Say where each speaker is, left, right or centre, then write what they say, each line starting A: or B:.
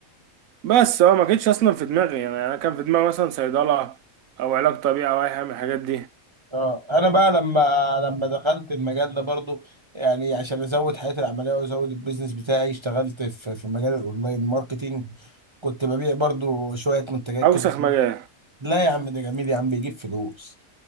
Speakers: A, on the right (about 75°); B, on the right (about 35°).
A: بس هو ما كانتش اصلا في دماغي يعني انا كان في دماغي مثلا صيدله او علاج طبيعي او اي حاجه من الحاجات دي
B: اه انا بقى لما لما دخلت المجال ده برضو يعني عشان ازود حياتي العمليه وازود البيزنس بتاعي اشتغلت في في مجال الاونلاين ماركتينج كنت ببيع برضو شويه منتجات
A: اوسخ
B: كده
A: مجال
B: لا يا عم ده جميل يا عم بيجيب فلوس